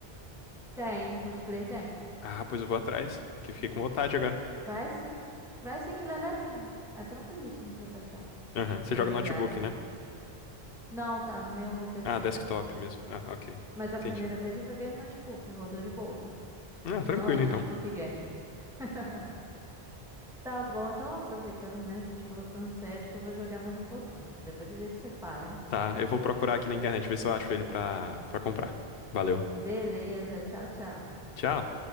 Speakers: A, in the centre; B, on the left.
A: tem, multiplayer tem.
B: Ah, pois eu vou atrás. Que fiquei com vontade agora.
A: Vai sim, vai sim que ele é levinho, é tranquilíssimo pra baixar,
B: Aham. Você
A: pra
B: joga
A: jogar,
B: no notebook,
A: né.
B: né?
A: Não, tá no meu PC
B: Ah, desktop
A: mesmo.
B: mesmo. Ah, ok.
A: Mas a
B: Entendi.
A: primeira vez eu joguei no notebook, rodou de boa.
B: Ah, tranquilo
A: Não é notebook
B: então.
A: gamer. <laughs> Tá bom, então aproveitando, né? A gente falou tanto de sério, acho que eu vou jogar mais um pouquinho. Depois a gente se fala, hein?
B: Tá, eu vou procurar aqui na internet ver se eu acho ele pra, pra comprar. Valeu.
A: Beleza, tchau, tchau.
B: Tchau.